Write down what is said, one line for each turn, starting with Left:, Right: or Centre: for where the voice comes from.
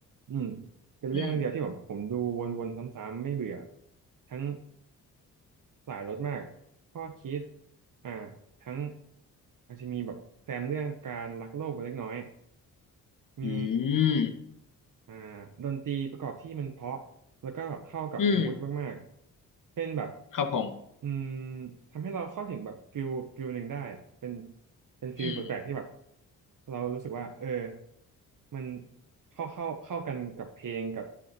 Right: อืมเป็นเรื่องเดียวที่ผมผมดูวนๆซ้ำๆไม่เบื่อ
Left: อืม
Right: ทั้งหลายรสมากข้อคิดอ่าทั้งอาจจะมีแบบแซมเรื่องการรักโลกไปเล็กน้อย มี
Left: อืม
Right: อ่าดนตรีประกอบที่มันเพราะแล้วก็แบบเข้ากับมูดมากๆเป็นแบบ
Left: อืมครับผม
Right: อืมทำให้เราเข้าถึงแบบฟิลฟิลหนึ่งได้อะเป็นเป็นฟิลแปลกๆที่แบบ
Left: อืม
Right: เรารู้สึกว่าเออมันเข้าเข้าเข้ากันกับเพลงกับ